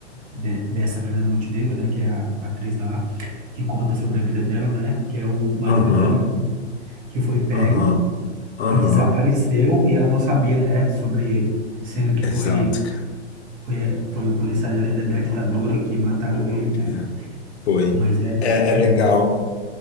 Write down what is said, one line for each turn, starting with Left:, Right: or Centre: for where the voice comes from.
Right: de- dessa Fernanda Montenegro, né? Que é a atriz lá, que conta sobre a vida dela, né? Que é o marido
Left: Aham,
Right: dela, né? Que foi pego
Left: aham. Aham.
Right: e desapareceu e ela não sabia, né? Sobre ele, sendo que
Left: Exato,
Right: foi foi, foi o policiais ali da, da ditadura que mataram ele, né?
Left: cara. Foi.
Right: Mas é,
Left: É,
Right: é
Left: é legal.
Right: mu-